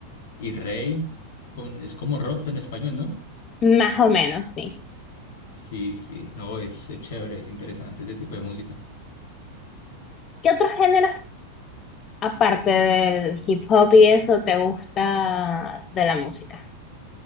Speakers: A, on the left; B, on the left.
A: y Rey con, es como rock en español, ¿no?
B: Más o menos, sí.
A: Sí, sí, no, es, es chévere, es interesante ese tipo de música.
B: ¿Qué otros géneros, aparte del hip hop y eso, te gusta de la música?